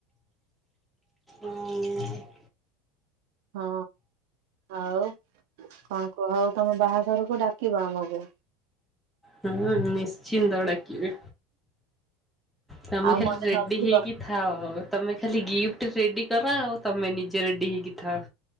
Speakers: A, in the centre; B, on the right.
A: ହୁଁ- -
B: ହଁ, ଆଉ କଣ କୁହ? ହଉ ତମ ବାହାଘରକୁ ଡାକିବ ଆମକୁ।
A: ହଁ ନିଶ୍ଚିନ୍ତ ଡାକିବି। ତମଖାଲି
B: ଆଉ ମନେ
A: ରରେଡି
B: ନଥିବ
A: ହେଇକି। ଥାଅ। ତମେ ଖାଲି ଗିଫ୍ଟ ରେଡି କର ଆଉ ତମେ ନିଜେ ରେଡି ହେଇକି ଥାଅ।